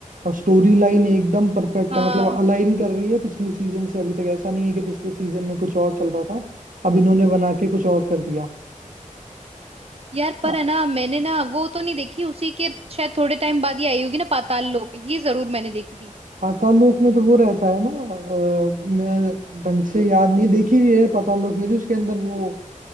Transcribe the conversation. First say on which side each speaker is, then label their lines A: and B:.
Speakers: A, on the right; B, on the right.
A: और स्टोरी लाइन एकदम परफेक्ट
B: हाँ
A: है मतलब अलाइन कर रही है पिछले सीजन से अभी तक ऐसा नहीं है कि पिछले सीजन में कुछ और चल रहा था अब इन्होंने बना के कुछ और कर दिया
B: यार पर
A: आ-
B: है ना मैंने ना वो तो नहीं देखी उसी के शायद थोड़े टाइम बाद ही आई होगी ना पाताल लोक ये जरूर मैंने देखी थी
A: पाताल लोक में तो वो रहता है ना अ, मैं ढंग से याद नहीं देखी हुई है पाताल लोक में जो उसके अंदर वो